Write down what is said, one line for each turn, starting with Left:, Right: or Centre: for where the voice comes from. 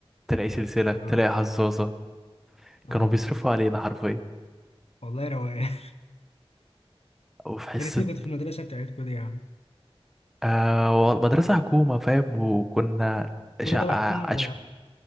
Centre: تلاقي سلسله تلاقي
Left: اه
Centre: حظاظه
Left: اه
Centre: كانوا بيصرفوا علينا حرفيا
Left: والله روقان <laughs>
Centre: وفي حصه
Left: يا ريتني كنت في المدرسه بتاعتكم دي يا عم
Centre: آه وال- مدرسه حكومه فاهم وكنا شقة
Left: كل ده وحكومه ده